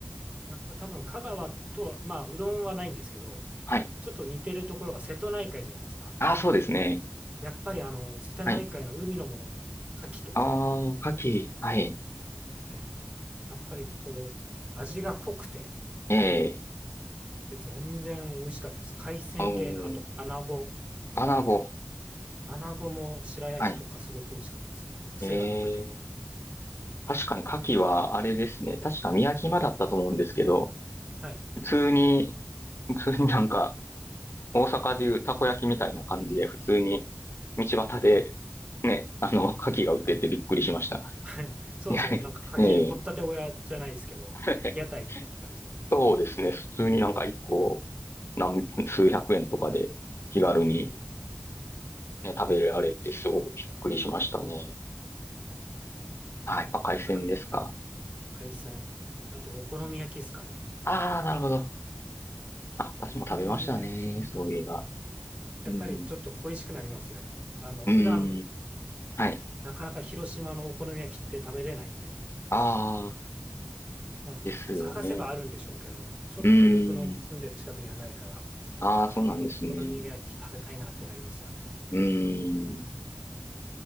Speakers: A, on the right; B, on the left.
A: やっぱ多分香川とは、まあ、うどんはないんですけど、
B: はい。
A: ちょっと似てるところが瀬戸内海じゃないですか。
B: ああ、そうですね。
A: やっぱりあの、瀬戸内海の海のものが、
B: はい。
A: 牡蠣とか、
B: ああ、牡蠣。はい。
A: はい、やっぱりこう、味が濃くて、
B: ええ
A: で、全然美味しかったです。海鮮系、
B: おー、
A: あと穴子。
B: 穴子。
A: 穴子も白焼きとかすごく美味しかったですね。
B: はい。
A: 癖がなくて。
B: ええ確かに牡蠣はあれですね。確か宮島だったと思うんですけど、
A: はい。
B: 普通に、普通になんか、大阪でいうたこ焼きみたいな感じで、普通に道端で、
A: あ、
B: ね、あの、牡蠣が売っててびっくりしました。
A: <laughs> そうですよね。
B: いや
A: なんか牡蠣、
B: ええ
A: 掘ったて小屋じゃないですけど、
B: <laughs>
A: 屋台みたいな感じで。
B: そうですね。普通になんか一個何、数百円とかで気軽に
A: うん。
B: ね、食べられてすごくびっくりしましたね。
A: で、
B: あ、やっぱ海鮮ですか。
A: か、海鮮。あと、お好み焼きですかね。
B: ああ、なるほど。あ、私も食べましたね。
A: お好み焼き、
B: そういえば。
A: やっぱりちょっと恋しくなりますよね。
B: うん。
A: あの、
B: うん。
A: 普段、
B: はい。
A: なかなか広島のお好み焼きって食べれないんで、
B: ああ、
A: まあ、
B: ですよね。
A: 探せばあるんでしょうけど、ちょっと僕の住んでる近くにはないから、
B: うん。ああ、そうなんですね。
A: やっぱお好み焼き食べたいなってなりますよね。
B: うん。